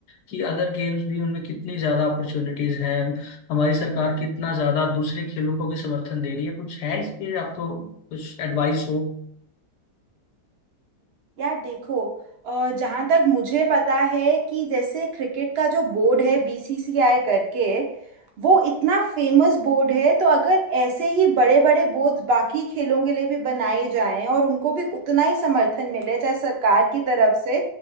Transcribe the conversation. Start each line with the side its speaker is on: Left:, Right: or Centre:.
Left: कि अदर गेम्स भी उनमें कितनी ज्यादा अपॉर्चुनिटीज हैं हमारी सरकार कितना ज्यादा दूसरे खेलों को भी समर्थन दे रही है कुछ है इस पे आपको कुछ एडवाइस हो
Right: यार देखो अ, जहाँ तक मुझे पता है कि जैसे क्रिकेट का जो बोर्ड है बीसीसीआई करके वो इतना फेमस बोर्ड है तो अगर ऐसे ही बड़े बड़े बोर्ड बाकी खेलों के लिए भी बनाए जाएं और उनको भी उतना ही समर्थन मिले चाहे सरकार की तरफ से